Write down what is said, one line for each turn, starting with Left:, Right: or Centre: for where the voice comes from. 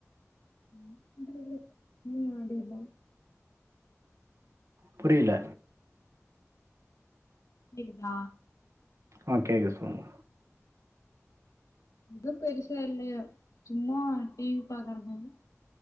Left: என்ன பண்றது புள்ளைங்க மடியில
Right: புரியல
Left: புரியுதுங்ளா
Right: ஓ கேக்குது சொல்லுங்க
Left: எதுவு பெருசா இல்லயா சும்மா டிவி பாக்குற போது